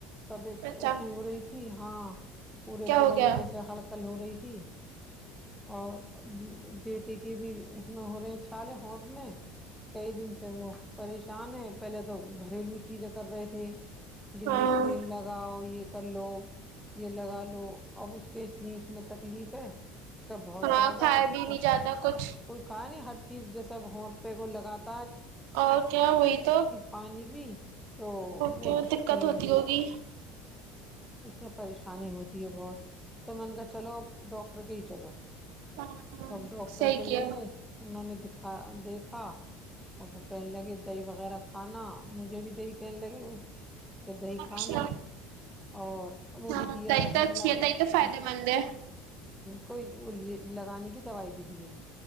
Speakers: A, in the centre; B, on the right.
A: طبیعت
B: اچھا
A: ایسی ہو رہی تھی ہاں پورے
B: کیا
A: بدن
B: ہو گیا
A: میں سے ہلک کل ہو رہی تھی اور <inaudible> بیٹی کی بھی اس میں ہو رہے چھالے ہوٹ میں کئی دن سے وہ پریشان ہے پہلے تو گھریلو چیزیں کر رہے تھے گلی
B: ہاں
A: سرین لگاؤ یہ کر لو یہ لگا لو اب اس کے اتنی اس میں تک تکلیف ہے بہت
B: ہاں
A: زیادہ
B: کھایا بھی
A: کوئی
B: نہیں جاتا کچھ
A: کا نہیں ہٹ چیز جیسے اب ہوٹ پہ کو لگاتے
B: اور کیا ہوئی تو
A: پانی بھی تو
B: اوکے
A: وہ دکھتی
B: دقت
A: ہے
B: <inaudible> <inaudible>
A: اس میں پریشانی ہوتی ہے بہت تو من کر چلو اب ڈاکٹر کے ہی چلو
B: ہاں
A: اب ڈاکٹر
B: صحیح
A: کے لے
B: کیا
A: گئے انہوں نے دکھا دیکھا اور وہ کہنے لگے دہی وغیرہ کھانا مجھے بھی دہی کہنے لگے ہوئے کہ دہی
B: اچھا
A: کھانا اور وہ
B: ہاں
A: بھی دی
B: تئی
A: الگ
B: تو
A: الگ
B: اچھی ہے
A: ہ
B: تئی تو فائدے مند ہے
A: کوئی بولیے لگانے کی دوائی بھی دی ہے